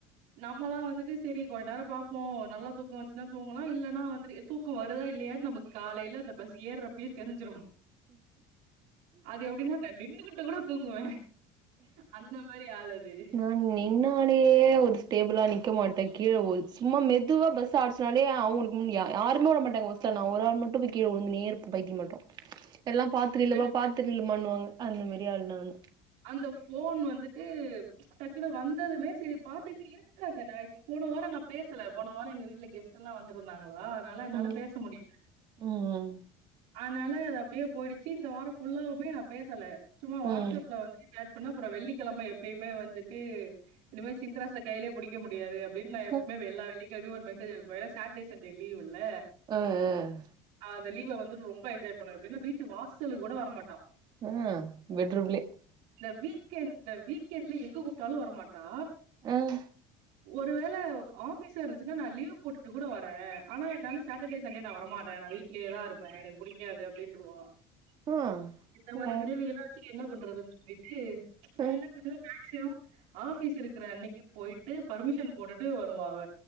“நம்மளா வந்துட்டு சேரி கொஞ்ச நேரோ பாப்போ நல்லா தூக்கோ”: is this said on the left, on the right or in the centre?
Right